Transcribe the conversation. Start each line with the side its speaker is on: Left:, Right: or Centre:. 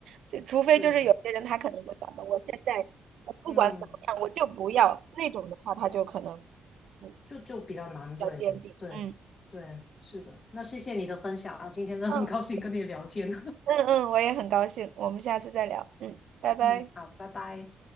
Right: 就除非就是有些人他可能就想着我现在
Left: <laughs> 是，
Right: 我不管怎么样，
Left: 嗯。
Right: 我就不要那种的话，他就可能嗯
Left: 就就比较难，
Right: 比较坚定。
Left: 对对对，
Right: 嗯
Left: 是的。那谢谢你的分享啊，今天真的很高兴跟你聊天。
Right: 嗯嗯嗯，我也很高兴，我们下次再聊。嗯，
Left: <laughs>
Right: 拜拜。
Left: 嗯，好，拜拜。